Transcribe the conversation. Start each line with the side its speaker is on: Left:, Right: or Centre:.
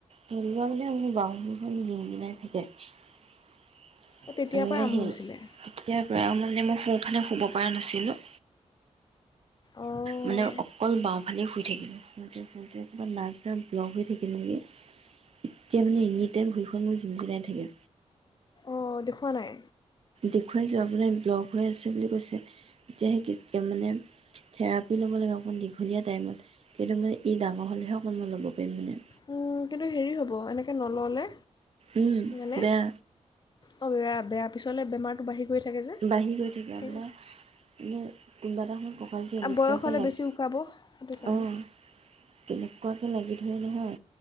Right: তলোৱা মানে মোৰ বওঁখন জিন জিনাই থাকে। এমেনে সেই
Left: অঁ তেতিয়াৰ পৰা আৰম্ভ হৈছিলে
Right: তেতিয়াৰ পৰা মানে মোক। সোঁফালে শুব পৰা নাছিলোঁ।
Left: অঁ
Right: মানে অকল বাওঁফালে শুই থাকিলো। শুওতে শুওতে কিবা নাৰ্ভ চাৰ্ভ ব্লক হৈ থাকিল নিকি এতিয়া মানে এনি টাইম ভুইখন মোৰ জিন জিনাই থাকে।
Left: অঁ দেখুওৱা নাই।
Right: দেখুৱাই চো আপোনাৰ ব্লক হৈ আছে বুলি কৈছে। তেতিয়াহে কেতিয়া মানে থেৰাপি ল'ব লাগে অকণ দীঘলীয়া টাইমত কিন্তু মানে ই ডাঙৰ হ'লেহে অকণ নল'ব। তে মানে।
Left: উম, কিন্তু হেৰি হ'ব এনেকে নল'লে।
Right: উম
Left: মানে
Right: বেয়া
Left: অ য়া বেয়া। পিছলৈ বেমাৰটো বাঢ়ি গৈ। থাকে যে
Right: বাঢ়ি গৈ থাকে
Left: সেই
Right: আপোনাৰ। এনে কোনোবা এটা সময়ত। কঁকালটো এনেকুৱাকে
Left: বয়স হ'লে
Right: লাগি
Left: বেছি ওকাব সেইটো কাৰণে
Right: অঁ কেনেকুৱাকে লাগি ধৰে নহয়।